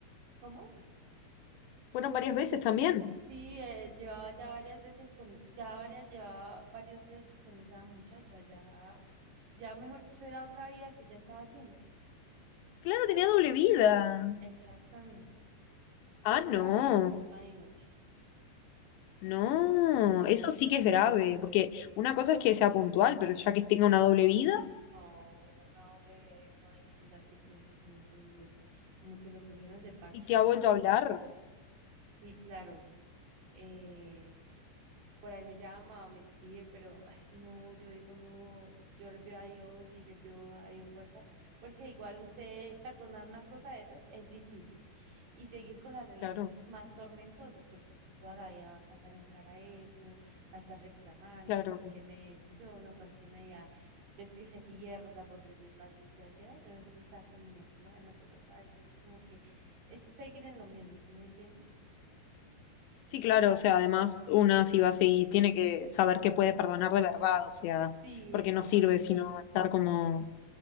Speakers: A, on the right; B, on the left.
A: ¿cómo?
B: Fueron varias veces también.
A: Sí, eh, llevaba ya varias veces con, ya varias, llevaba varios meses con esa muchacha, ya, ush, ya mejor dicho, era otra vida que ya estaba haciendo.
B: Claro, tenía doble vida.
A: Exactamente,
B: Ah,
A: dos
B: no,
A: caminos, imagínate.
B: no, eso sí que es grave, porque una cosa es que sea puntual, pero ya que tenga una doble vida
A: No, era una doble vida y uno ahí sin darse cuenta como un pendejo, como que lo cogieron de parche.
B: y te ha vuelto a hablar,
A: Sí, claro. Eh, por ahí me llama, me escribe, pero ay, no, yo digo no, yo le pido a Dios y le pido a Dios fuerza, porque igual usted perdonar una cosa de esas es difícil y seguir con la relación
B: claro,
A: más tormentoso, porque usted toda la vida va a sacar en cara eso, va a estar reclamando
B: claro.
A: cualquier media discusión o cualquier media es que se pierda, por decirlo así, usted va a decir, ay, no, esto está con doña fulana, ta, ta, ta. Entonces, como que es seguir en lo mismo, ¿sí me entiendes?
B: Sí, claro, o sea, además una si va a seguir, tiene que saber que puede perdonar de verdad, o sea,
A: Sí,
B: porque
A: exacto.
B: no sirve sino estar como,